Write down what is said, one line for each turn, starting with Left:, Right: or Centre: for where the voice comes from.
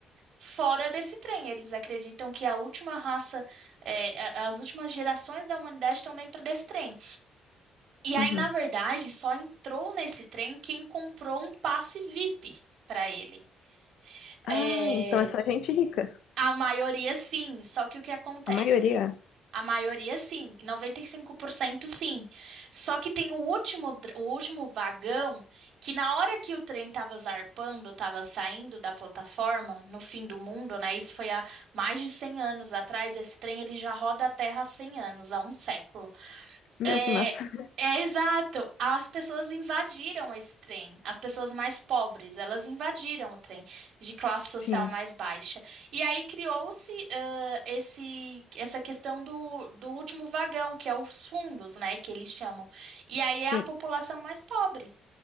Right: fora desse trem. Eles acreditam que a última raça, é, a- as últimas gerações da humanidade estão dentro desse trem. E
Left: Uhum.
Right: aí, na verdade, só entrou nesse trem quem comprou um passe VIP para ele.
Left: Ah,
Right: É,
Left: então é só gente rica.
Right: a maioria sim, só que o que acontece?
Left: A maioria.
Right: A maioria sim, 95% sim. Só que tem o último, dr- o último vagão que na hora que o trem estava zarpando, estava saindo da plataforma, no fim do mundo, né? Isso foi há mais de 100 anos atrás. Esse trem ele já roda a Terra há 100 anos, há um século.
Left: Meu,
Right: É,
Left: que massa.
Right: é exato. As pessoas invadiram esse trem. As pessoas mais pobres, elas invadiram o trem de classe social
Left: <laughs> Sim,
Right: mais baixa. E aí criou-se ãh, esse essa questão do, do último vagão, que é os fundos, né, que eles chamam. E aí
Left: sim.
Right: é a população mais pobre.